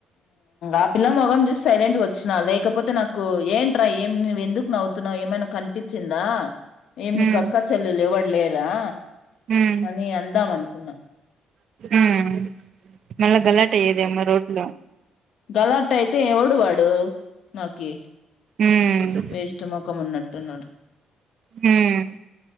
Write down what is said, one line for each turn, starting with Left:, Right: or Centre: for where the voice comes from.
Left: ఆ పిల్ల మొగం చూసి సైలెంట్ వచ్చినా లేకపోతే నాకు ఏంట్రా ఏం నువ్వు ఎందుకు నవ్వుతున్నావు ఏమైనా కనిపించిందా ఏం
Right: ఉమ్
Left: నీకి అక్కా చెల్లెల్లు ఎవడు లేరా రా
Right: ఉమ్
Left: అని అందమాన్ సున్నా
Right: ఉమ్ మళ్ళా గలాట అయ్యేదేమో రోడ్లో.
Left: గలట్ అయితే ఎవడువాడు నాకి.
Right: ఉమ్
Left: వేస్ట్ ముఖం ఉన్నట్టున్నాడు
Right: ఉమ్